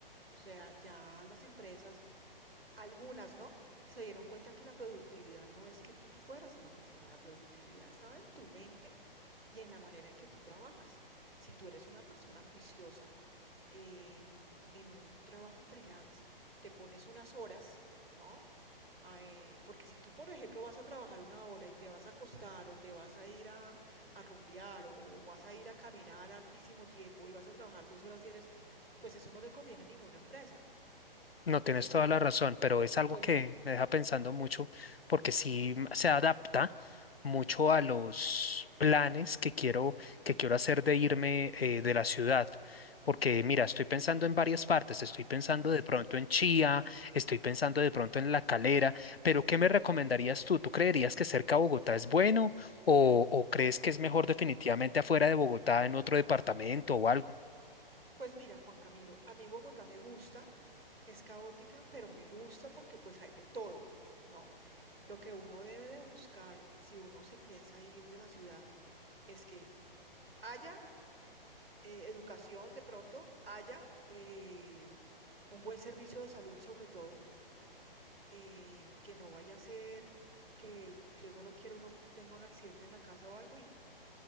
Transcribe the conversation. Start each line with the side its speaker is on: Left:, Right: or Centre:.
Right: O sea, ya las empresas, algunas, ¿no? Se dieron cuenta que la productividad no es que tú fueras a la oficina, la productividad estaba en tu mente y en la manera en que tú trabajas. Si tú eres una persona juiciosa, eh, en un trabajo freelance. Te pones unas horas, ¿no? Ah, eh, porque si tú, por ejemplo, vas a trabajar una hora y te vas a acostar o te vas a ir a, a rumbear o vas a ir a caminar hartísimo tiempo y vas a trabajar dos horas diarias, pues eso no le conviene a ninguna empresa.
Left: No tienes
Right: Entonces,
Left: toda la razón, pero es
Right: entonces
Left: algo que
Right: uno,
Left: me deja pensando mucho porque sí se adapta mucho a los planes que quiero, que quiero hacer de irme eh, de la ciudad. Porque mira, estoy pensando en varias partes, estoy pensando
Right: sí, así
Left: de pronto
Right: es.
Left: en Chía, estoy pensando de pronto en La Calera, pero ¿qué me recomendarías tú? ¿Tú creerías que cerca a Bogotá es bueno o, o crees que es mejor definitivamente
Right: Mm.
Left: afuera de Bogotá en otro departamento o algo?
Right: Pues mira, Juan Camilo, a mí Bogotá me gusta, es caótica, pero me gusta porque pues hay de todo, ¿no? Lo que uno debe de buscar si uno se piensa ir de la ciudad es que haya eh, educación de pronto, haya eh, un buen servicio de salud sobre todo, eh, que no vaya a ser que Dios no lo quiera, uno tenga un accidente en la casa o algo y